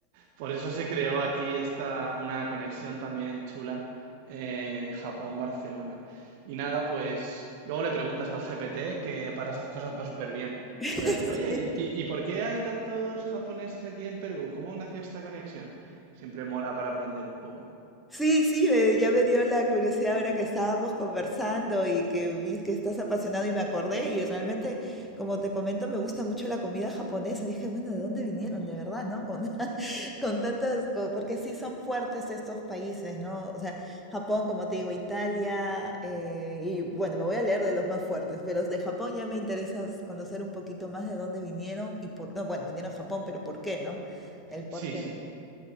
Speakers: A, on the right; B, in the centre.
A: por eso se creó aquí esta, una conexión también chula, eh, Japón-Barcelona. Y nada, pues luego le preguntas al GPT que para esas cosas va súper bien,
B: Sí.
A: para decir, oye, ¿y, y- y por qué hay tantos japoneses aquí en Perú? ¿Cómo nació esta conexión? Siempre mola para aprender un poco.
B: Sí, sí, me- ya me dio la curiosidad ahora que estábamos conversando y que vi que estás apasionado y me acordé y realmente, como te comento, me gusta mucho la comida japonesa. Y dije, bueno, ¿de dónde vinieron? De verdad, ¿no? Con, <laughs> con tantas, co- porque sí son fuertes estos países, ¿no? O sea, Japón, como te digo, Italia, eh, y bueno, me voy a leer de los más fuertes, pero de Japón ya me interesa conocer un poquito más de dónde vinieron y por, no, bueno, vinieron a Japón, pero ¿por qué, no? El por
A: Sí,
B: qué.
A: sí,